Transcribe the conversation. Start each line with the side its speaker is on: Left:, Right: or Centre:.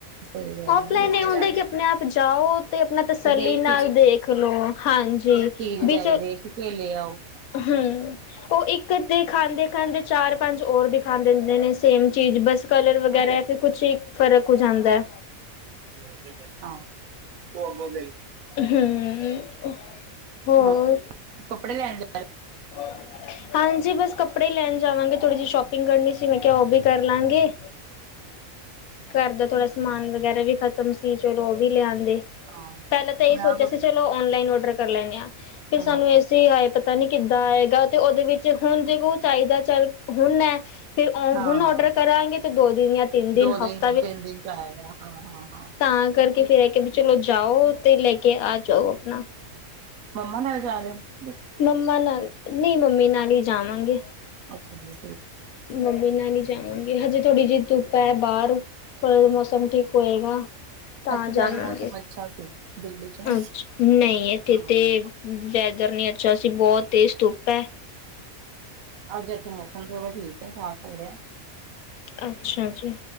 Right: ਸਹੀ ਗੱਲ
Left: ਔਫਲਾਈਨ ਇਹ ਹੁੰਦਾ ਕਿ ਆਪਣੇ ਆਪ ਜਾਓ ਤੇ ਆਪਣਾ ਤਸੱਲੀ
Right: ਤੇ ਦੇਖ
Left: ਨਾਲ ਦੇਖ ਲੋ। ਹਾਂਜੀ।
Right: ਠੀਕ
Left: ਵਿੱਚ
Right: ਤਾ ਏ, ਦੇਖ ਕੇ ਲਿਆਓ।
Left: ਹੂੰ ਉਹ ਇੱਕ ਦਿਖਾਂਦੇ- ਦਿਖਾਂਦੇ ਚਾਰ ਪੰਜ ਹੋਰ ਦਿਖਾਂ ਦਿੰਦੇ ਨੇ ਸੇਮ ਚੀਜ਼ ਬਸ ਕਲਰ ਵਗੈਰਾ
Right: ਹਾਂ
Left: ਐ ਜਾਂ ਫਿਰ ਕੁਛ ਫਰਕ ਹੋ ਜਾਂਦਾ ਐ।
Right: <unintelligible>
Left: ਹਮ <inaudible> ਹੋਰ
Right: ਹਾਂ ਕੱਪੜੇ ਲੈਣ ਜਾਣ
Left: <unintelligible> ਹਾਂਜੀ ਬਸ ਕੱਪੜੇ ਹੀ ਲੈਣ ਜਾਵਾਂਗੇ ਥੋੜੀ ਜਿਹੀ ਸ਼ੋਪਿੰਗ ਕਰਨੀ ਸੀ ਮੈਂ ਕਿਹਾ ਉਹ ਵੀ ਕਰ ਕਰ ਲਾਂਗੇ। ਘਰ ਦਾ ਥੋੜਾ ਸਮਾਨ ਵਗੈਰਾ ਵੀ ਖ਼ਤਮ ਸੀ ਚਲੋ ਉਹ ਵੀ ਲਿਆਂਂਦੇ।
Right: ਹਾਂ
Left: <inaudible> ਪਹਿਲਾਂ ਤਾਂ ਇਹੀ
Right: ਮੈਂ
Left: ਸੋਚਿਆ
Right: ਆਪ
Left: ਸੀ ਚਲੋ ਔਨਲਾਈਨ ਔਡਰ ਕਰ ਲੈਨੇ ਆ <inaudible> ਫਿਰ
Right: ਹਾਂ
Left: ਸਾਨੂੰ ਇਸ ਆਏ ਪਤਾ ਨੀ ਕਿੱਦਾਂ ਆਏਗਾ ਤੇ ਉਹਦੇ ਵਿੱਚ ਹੁਣ ਜੇ ਕੋ ਚਾਹੀਦਾ ਚੱਲ ਹੁਣ ਐ ਫਿਰ ਉਹ
Right: ਹਾਂ
Left: ਹੁਣ ਔਡਰ ਕਰਾਂਗੇ ਤੇ ਦੋ ਦਿਨ ਜਾਂ ਤਿੰਨ-ਦਿਨ
Right: ਦੋ
Left: ਹਫ਼ਤੇ
Right: <unintelligible>
Left: ਤਾਂ ਕਰਕੇ ਫੇਰ ਇਹ ਕੇ ਵੀ ਚਲੋ ਜਾਓ ਤੇ ਲੈ ਕੇ ਆ ਜਾਓ ਆਪਣਾ
Right: ਮੰਮਾ ਨਾਲ ਜਾ ਰਹੋ ਓ?
Left: ਮੰਮਾ ਨਾਲ ਨਹੀਂ ਮੰਮੀ ਨਾਲ ਈ ਜਾਵਾਂਗੇ।
Right: ਅੱਛਾ ਜੀ।
Left: ਮੰਮੀ ਨਾਲ ਨੀ ਜਾਵਾਂਗੇ ਹਜੇ ਥੋੜ੍ਹੀ ਜਿਹੀ ਧੁੱਪ ਐ ਬਾਹਰ ਥੋੜ੍ਹੇ ਜੇ ਮੌਸਮ ਠੀਕ ਹੋਏਗਾ। ਤਾਂ
Right: ਇੱਥੇ
Left: ਜਾਵਾਂਗੇ
Right: ਅੱਜ ਮੌਸਮ ਅੱਛਾ ਸੀ ਦਿੱਲੀ ਚ ਨਾ
Left: ਅੱਛਾ ਨਹੀਂ ਇਥੇ
Right: ਹਾਂ
Left: ਤੇ ਵੈਦਰ ਨਹੀਂ ਅੱਛਾ ਸੀ ਬਹੁਤ ਤੇਜ਼ ਧੁੱਪ ਐ।
Right: ਅੱਜ ਮੌਸਮ ਥੋੜ੍ਹਾ ਠੀਕ ਐ ਸਾਫ਼ ਹੋ ਰਿਹਾ।
Left: ਅੱਛਾ ਜੀ